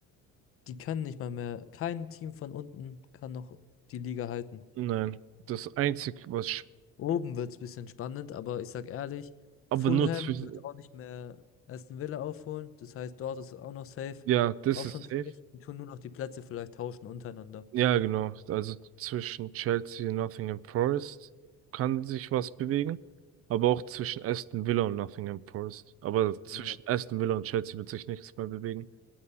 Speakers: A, on the left (about 45°); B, on the right (about 50°).
A: Die können nicht mal mehr, kein Team von unten kann noch die Liga halten.
B: nein, das einzig, was, sch-
A: Oben wird's bisschen spannend, aber ich sag ehrlich,
B: aber
A: Fulham
B: nur zwischen,
A: wird auch nicht mehr Aston Villa aufholen. Das heißt, dort ist es auch noch safe.
B: ja, das
A: Auch
B: ist
A: schon safe.
B: safe.
A: Die tun nur noch die Plätze vielleicht tauschen untereinander.
B: Ja, genau. Also zwischen Chelsea und Nottingham Forest kann sich was bewegen. Aber auch zwischen Aston Villa und Nottingham Forest. Aber zwischen
A: Ja,
B: Aston Villa und Chelsea wird sich nichts mehr bewegen.